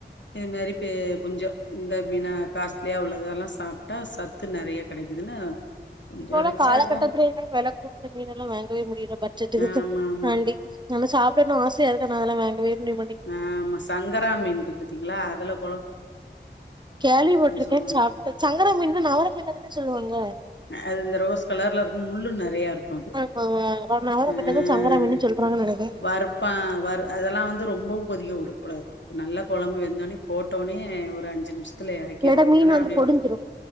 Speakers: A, on the left; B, on the right.
A: இத்மேரி பெ கொஞ்ஜோ இந்த மீன்னா காஸ்ட்லியா உள்ளதெல்லா சாப் டா சத்து நெறைய கெடைக்குதுன்னு கொஞ்சோ
B: இப்போ உள்ள
A: ரிச்சா
B: காலகட்டத்துல
A: இருக்கவங்க
B: எல்லா வெல குடுத்த மீனெல்லா வாங்கவே முடியா ஏ பட்ஜெட்டுக்குற்துக்
A: ஆமா ஆமா
B: ஆண்டி நல்ல சாப்பிடணு ஆசயா இருக்கு ஆனா அதெல்லா வாங்கவே முடிய மாட்டேங்குது
A: ஆமா, சங்கராமீன்றுகு தீங்க்ளா அதுலப்
B: கேள்விபட்ருக்கே,
A: சொல்லுவாங்க
B: சாப்டு சங்கராமீன நவரா மீன்தானேங்க சொல்லுவாங்க
A: அது இந்த ரோஸ் கலர்ல இருக்கு முள்ளு நெறய இருக் அது
B: ஆமாமா நவர
A: ஆஹ்
B: மீனதா சங்கரா மீன்னு சொல்றாங்கன் நெனைக்கே
A: வறுப்பா வறு, அதெல்லா வந்து ரொம் ரொம்பவு கொதிக்க விடக்கூடாது நல்ல கொழம்பு வெந்தோனே, போட்டோனே, ஒரு அஞ்சு நிம்ஷ த்துல எறக்கிட்ணு
B: இல்லாட்டா மீன்
A: இல்லன்னா
B: வந்து
A: அப்டியே
B: பொடிஞ்சிரு